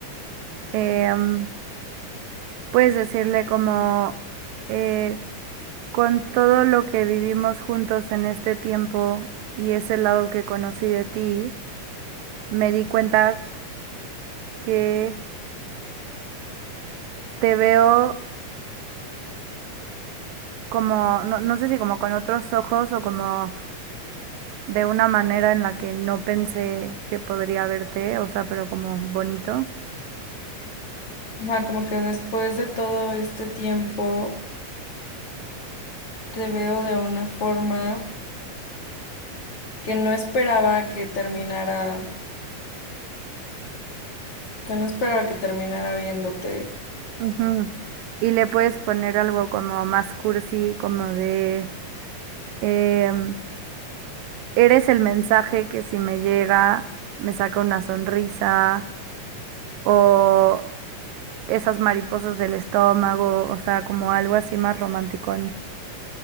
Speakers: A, on the right; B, on the left.
A: em, puedes decirle como, eh, con todo lo que vivimos juntos en este tiempo y ese lado que conocí de ti, me di cuenta que te veo como, no, no sé si como con otros ojos o como de una manera en la que no pensé que podría verte, o sea, pero como bonito.
B: Ajá, como que después de todo este tiempo te veo de una forma que no esperaba que terminara, que no esperaba que terminara viéndote.
A: Ujú. Y le puedes poner algo como más cursi, como de Em, eres el mensaje que si me llega me saca una sonrisa o esas mariposas del estómago, o sea, como algo así más romántico.